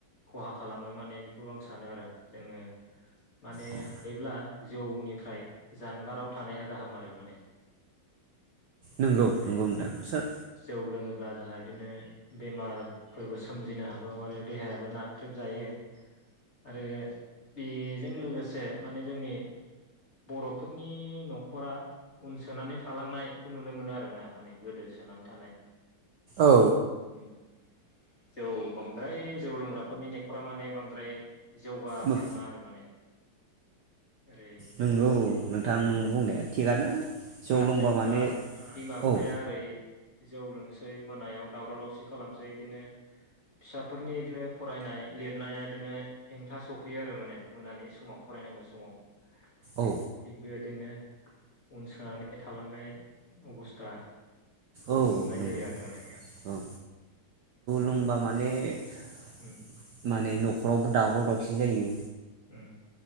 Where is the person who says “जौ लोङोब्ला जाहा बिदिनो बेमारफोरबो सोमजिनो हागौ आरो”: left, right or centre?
Left